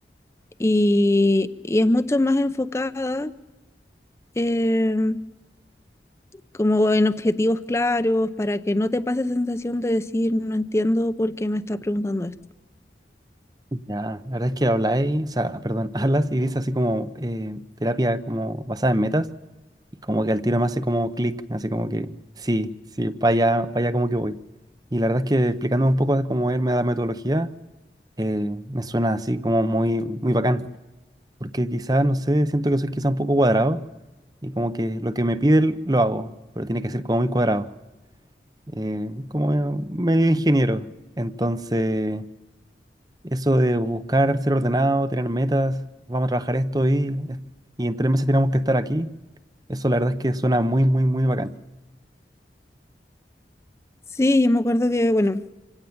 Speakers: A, on the left; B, on the right.
A: Y, y es mucho más enfocada eh, como en objetivos claros para que no te pase esa sensación de decir no entiendo por qué me está preguntando esto.
B: Ya, la verdad es que habláis, o sea, perdón, <laughs> hablas y dices así como eh, terapia como basada en metas y como que al tiro me hace como clic, así como que sí, sí, para allá, para allá como que voy. Y la verdad es que explicándome un poco de cómo él me la metodología, eh, me suena así como muy, muy bacán, porque quizás, no sé, siento que soy quizás un poco cuadrado y como que lo que me pide lo hago, pero tiene que ser como muy cuadrado, eh, como medio ingeniero. Entonces... Eso de buscar ser ordenado, tener metas, vamos a trabajar esto y, y en tres meses tenemos que estar aquí. Eso la verdad es que suena muy, muy, muy bacán.
A: Sí, yo me acuerdo que, bueno,